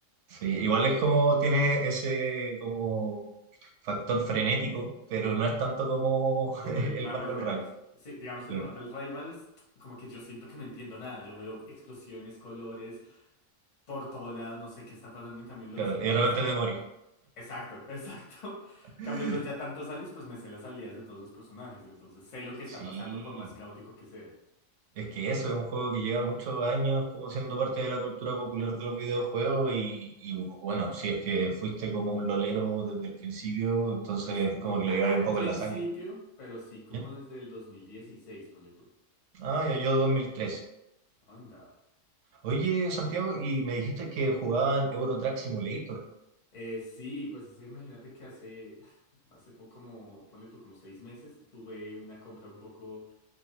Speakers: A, on the right (about 70°); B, on the left (about 40°).
A: Sí, igual es como tiene ese como factor frenético, pero no es tanto como
B: Como
A: <laughs>
B: el
A: el
B: Marvel
A: Marvel
B: Rivals.
A: Rivals.
B: Sí, digamos en
A: Claro,
B: Marvel Rivals, como que yo siento que no entiendo nada. Yo veo explosiones, colores, por todo lado, no sé qué está pasando. En cambio, en LOLcito,
A: claro, y de repente
B: pues
A: te morí.
B: Exacto, exacto. <laughs>
A: <laughs>
B: Cambio los ya tantos años, pues me sé las habilidades de todos los personajes, entonces sé lo que está
A: Sí,
B: pasando por más caótico que sea.
A: Es que eso es un juego que lleva muchos años como siendo parte de la cultura popular de los videojuegos y, y, bueno, si es que fuiste como un lolero desde el principio, entonces
B: Pues no
A: como que
B: tan
A: lo llevabas un poco
B: principio,
A: en la sangre.
B: pero sí como
A: ¿Ya?
B: desde el 2016, ponle tú.
A: Ah, ya yo 2003.
B: Anda.
A: Oye, Santiago, y me dijiste que jugaban Euro Truck Simulator,
B: Eh, sí, pues es que imagínate que hace, <sighs> hace poco, como, ponle tú, como seis meses, tuve una compra un poco